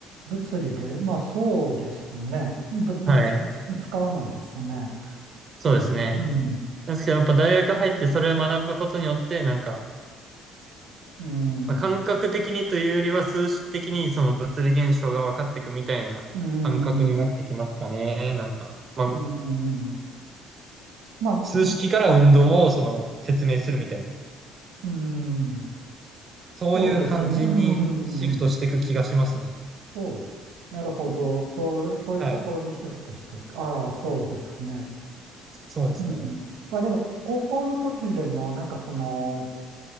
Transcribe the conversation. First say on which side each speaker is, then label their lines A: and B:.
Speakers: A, on the right; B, on the right.
A: 物理で、まあそうですね。ぶぶつ、
B: はい。
A: つ使わないですね。
B: そうですね。
A: うん、うん、
B: なんですけどやっぱ大学入ってそれを学ぶことによって、なんか、
A: うん、
B: まあ、感覚的にというよりは数式的にその物理現象が分かっていくみたいな感覚になってきますかね。
A: うん、
B: なんか、まあ、
A: うん。まあ、
B: 数式から運動をその説明するみたいな。
A: うん、
B: そういう感じにシフトしていく気がしますね。
A: そうですね。うん、そう。なるほど。そう、そういうところにシフトしていく。
B: はい。
A: ああ、そうですね。
B: そうですね。
A: うん。まあでも、高校の時でも、なんかその、